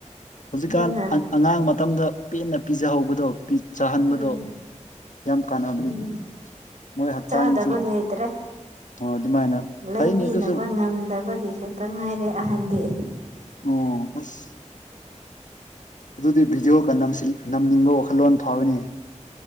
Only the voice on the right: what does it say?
ꯑꯗꯨꯅ
ꯎꯝ
ꯎꯝ
ꯆꯥꯗꯕ ꯂꯩꯇ꯭ꯔꯦ
ꯂꯩꯕꯤꯅꯕ
ꯉꯝꯗꯕ ꯒꯤ ꯈꯛꯇꯪ ꯉꯥꯏꯔꯦ ꯑꯍꯟꯗꯤ